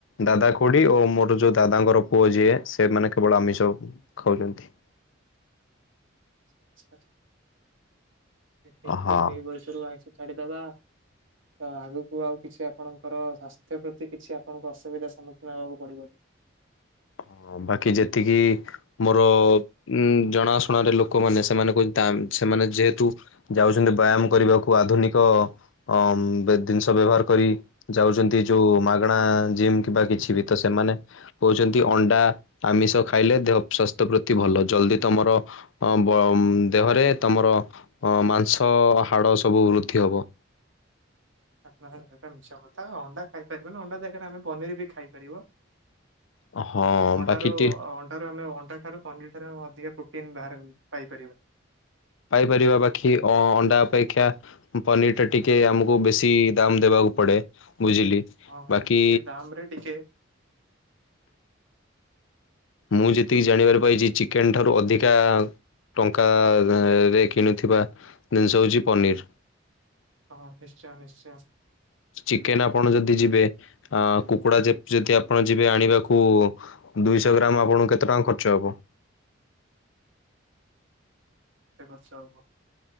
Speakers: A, on the left; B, on the right.
A: ଦାଦା ଖୁଡି ଓ ମୋର ଯଉ ଦାଦାଙ୍କର ପୁଅ ଯିଏ ସେମାନେ କେବଳ ଆମିଷ ଖାଉଚନ୍ତି।
B: <unintelligible> ଠିକ୍ ଠିକ୍
A: ହଁ।
B: ଏଇ ବୟସରୁ ଆଇଁଷ ଛାଡିଦବା ତ ଆଗକୁ ଆଉ କିଛି ଆପଣଙ୍କର ସ୍ୱାସ୍ଥ୍ୟ ପ୍ରତି କିଛି ଆପଣଙ୍କୁ ଅସୁବିଧା ସମ୍ମୁଖୀନ ହବାକୁ ପଡିବନି।
A: ହଁ ବାକି ଯେତିକି ମୋର ଉଁ- ଜଣାଶୁଣାରେ ଲୋକମାନେ ସେମାନେ କହୁଚନ୍ତି ତା ସେମାନେ ଯେହେତୁ ଯାଉଚନ୍ତି ବ୍ୟାୟାମ କରିବାକୁ ଆଧୁନିକ ଅ- ଜିନିଷ ବ୍ୟବହାର କରି। ଯାଉଚନ୍ତି ଯଉ ମାଗେଣା ଜିମ୍ କିମ୍ବା କିଛି ବି ତ ସେମାନେ କହୁଚନ୍ତି ଅଣ୍ଡା ଆମିଷ ଖାଇଲେ ଦେହ ସ୍ଵାସ୍ଥ୍ୟ ପ୍ରତି ଭଲ ଜଲ୍ଦି ତମର ଅ -ବ- ଦେହରେ ତମର ଅ -ମାଂସ ହାଡ ସବୁ ବୃଦ୍ଧି ହବ।
B: ଆ ଏଟା ମିଛ କଥା ଅଣ୍ଡା ଖାଇପାରିବନି ଅଣ୍ଡା ଜାଗାରେ ଆମେ ପନିର୍ ବି ଖାଇପାରିବ।
A: ହଁ
B: ଅଣ୍ଡା
A: ବାକି
B: ରୁ
A: ଟି
B: ଅଣ୍ଡାରୁ ଆମେ ଅଣ୍ଡା ଠାରୁ ପନିର୍ ଠାରେ ଆମେ ଅଧିକା ପ୍ରୋଟିନ୍ ବାହାର- ପାଇପାରିବା।
A: ପାଇପାରିବ ବାଖି ଅ- ଅଣ୍ଡା ଅପେକ୍ଷା ପନିର୍ ଟା ଟିକେ ଆମୁକୁ ବେଶୀ ଦାମ୍ ଦେବାକୁ ପଡେ ବୁଝିଲି।
B: ହଁ ହେଇଠୁ
A: ବାକି
B: ଟିକେ ଦାମ୍ ରେ ଟିକେ
A: ମୁଁ ଯେତିକି ଜାଣିବାର ପାଇଚି ଚିକେନ୍ ଠାରୁ ଅଧିକା ଟଙ୍କା ରେ କିଣୁଥିବା ଜିନିଷ ହଉଚି ପନିର୍।
B: ହଁ ନିଶ୍ଚୟ ନିଶ୍ଚୟ।
A: ଚିକେନ୍ ଆପଣ ଯଦି ଯିବେ ଆ- କୁକୁଡା ଯେ-ଯଦି ଆପଣ ଯିବେ ଆଣିବାକୁ ଦୁଇଶ ଗ୍ରାମ୍ କୁ ଆପଣଙ୍କୁ କେତେ ଟଙ୍କା ଖର୍ଚ୍ଚ ହବ?
B: କେତେ ଖର୍ଚ୍ଚ ହବ